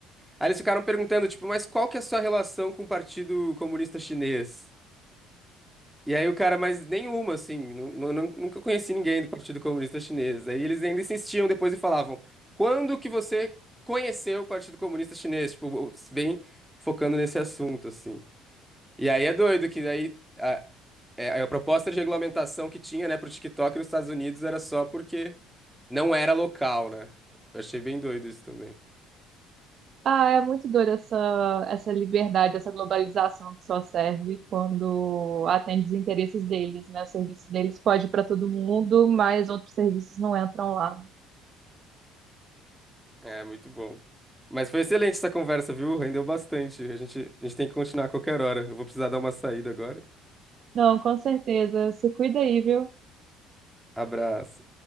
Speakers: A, in the centre; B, on the right.
A: Aí eles ficaram perguntando, tipo, mas qual que é a sua relação com o Partido Comunista Chinês? E aí o cara, mas nenhuma, assim, nu- nu- nu- nunca conheci ninguém do Partido Comunista Chinês. Aí eles ainda insistiam depois e falavam, quando que você conheceu o Partido Comunista Chinês? Tipo, o- bem focando nesse assunto, assim. E aí é doido que daí a, é, a proposta de regulamentação que tinha, né, pro TikTok nos Estados Unidos era só porque não era local, né? Eu achei bem doido isso também.
B: Ah, é muito doida essa, essa liberdade, essa globalização que só serve quando atende os interesses deles, né? O serviço deles pode ir para todo mundo, mas outros serviços não entram lá.
A: É, muito bom. Mas foi excelente essa conversa, viu? Rendeu bastante. A gente, a gente tem que continuar a qualquer hora. Eu vou precisar dar uma saída agora.
B: Não, com certeza. Se cuida aí, viu?
A: Abraço.